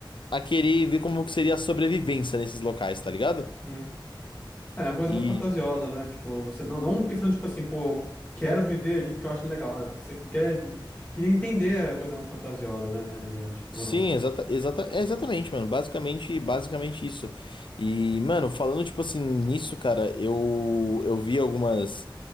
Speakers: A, on the left (about 70°); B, on the left (about 20°).
A: a querer ver como que seria a sobrevivência nesses locais, tá ligado?
B: uhum. É, é uma coisa
A: E
B: mais fantasiosa, né? Tipo, você não, não pensando, tipo assim, pô, eu quero viver ali porque eu acho legal, né? Porque você quer, queria entender a coisa mais fantasiosa, né, na realidade, ou
A: Sim,
B: não.
A: exata, exata, é exatamente, mano. Basicamente, basicamente isso. E, mano, falando tipo assim nisso, cara, eu eu vi algumas